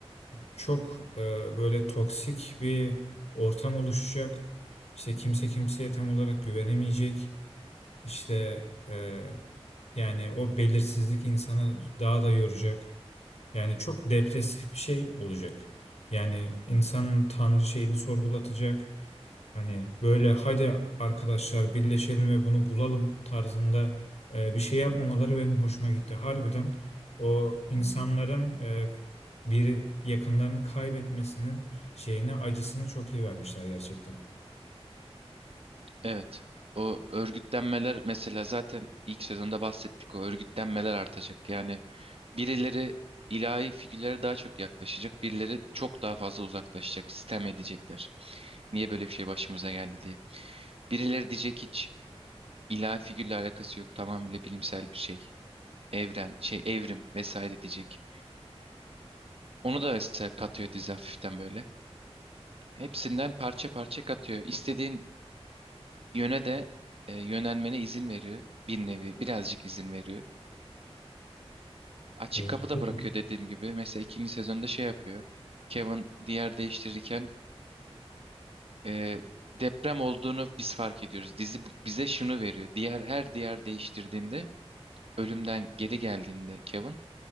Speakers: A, on the left; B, on the right.
A: çok e, böyle toksik bir ortam oluşacak. İşte kimse kimseye tam olarak güvenemeyecek. İşte e, yani o belirsizlik insanı daha da yoracak. Yani çok depresif bir şey olacak. Yani insanın Tanrı şeyini sorgulatacak. Hani böyle hadi arkadaşlar birleşelim ve bunu bulalım tarzında e, bir şey yapmamaları benim hoşuma gitti. Harbiden o insanların e, biri yakınlarını kaybetmesinin şeyine acısını çok iyi vermişler gerçekten.
B: Evet. O örgütlenmeler mesela zaten ilk sezonda bahsettik. O örgütlenmeler artacak. Yani birileri ilahi figürlere daha çok yaklaşacak. Birileri çok daha fazla uzaklaşacak. Sistem edecekler. Niye böyle bir şey başımıza geldi diye. Birileri diyecek hiç ilahi figürle alakası yok. Tamamıyla bilimsel bir şey. Evren, şey evrim vesaire diyecek. Onu da mesela katıyor dizi hafiften böyle. Hepsinden parça parça katıyor. İstediğin yöne de e, yönelmene izin veriyor. Bir nevi birazcık izin veriyor. Açık
A: E,
B: kapı
A: şey,
B: da bırakıyor dediğim gibi. Mesela ikinci sezonda şey yapıyor. Kevin diğer değiştirirken e, deprem olduğunu biz fark ediyoruz. Dizi bu- bize şunu veriyor. Diğer her diğer değiştirdiğinde ölümden geri geldiğinde Kevin